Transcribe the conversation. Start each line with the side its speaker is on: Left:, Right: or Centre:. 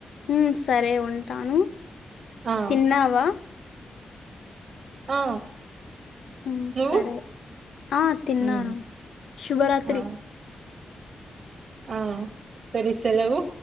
Left: ఉమ్ సరే ఉంటాను
Right: ఆ
Left: తిన్నావా
Right: ఆ
Left: ఉమ్
Right: నువ్వు
Left: సరే ఆ తిన్నాను
Right: మ్
Left: శుభరాత్రి
Right: ఆ ఆ సరి సెలవు